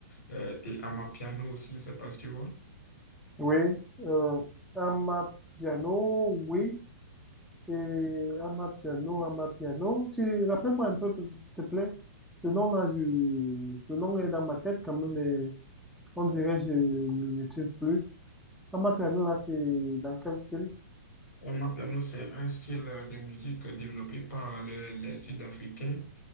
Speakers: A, on the left; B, in the centre.
A: euh, et amapiano aussi, c'est parce que tu vois.
B: Oui, euh, Amapiano, oui, et Amapiano, Amapiano. Tu rappelles-moi un peu, s'il te plaît. Le nom là, je, le nom est dans ma tête quand même, mais on dirait que je ne le maîtrise plus. Amapiano là, c'est dans quel style?
A: Et moi, piano, c'est un style euh, de musique développé par les, les Sud-Africains.